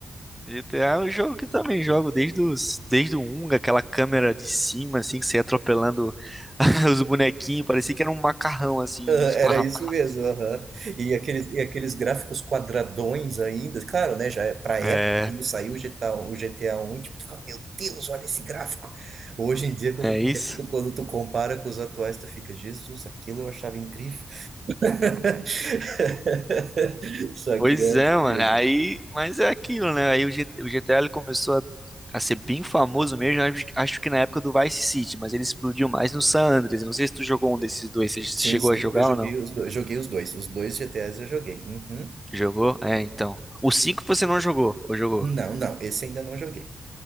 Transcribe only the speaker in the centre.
GTA, GTA é um jogo que eu também jogo desde os, desde o um aquela câmera de cima, assim, que você ia atropelando <laughs> os bonequinhos, parecia que era um macarrão, assim,
esparramado.
É,
é
isso?
Pois
é,
mano.
Aí, mas é aquilo, né? Aí o GT o GTA ele começou a, a ser bem famoso mesmo, acho, acho que na época do Vice City, mas ele explodiu mais no San Andreas. Eu Não sei se tu jogou um desses dois. Você chegou
a jogar
ou não?
Jogou? É, então. O 5 você não jogou, ou jogou?